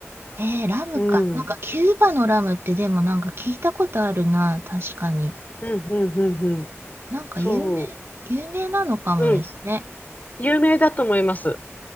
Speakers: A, on the right; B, on the left.
A: えー、ラムか。
B: うん。
A: なんか、キューバのラムってでもなんか聞いたことあるな、確かに。
B: うん、うん、うん、うん。
A: なんか有名、
B: そ
A: 有名なのかもですね。
B: う。うん。有名だと思います。